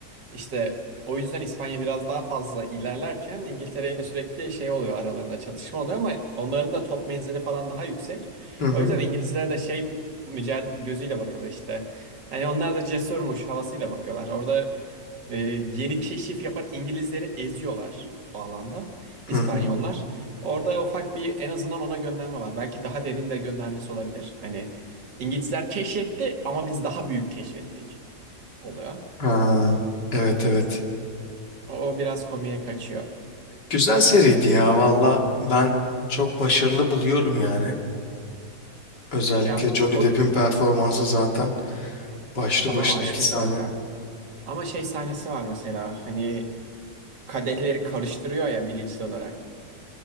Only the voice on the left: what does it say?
Hı hı.
Hı hı.
Ha, evet evet.
Güzel seriydi ya valla ben çok başarılı buluyorum yani. Özellikle
Johnny
Depp'in performansı zaten başlı
başına
efsane.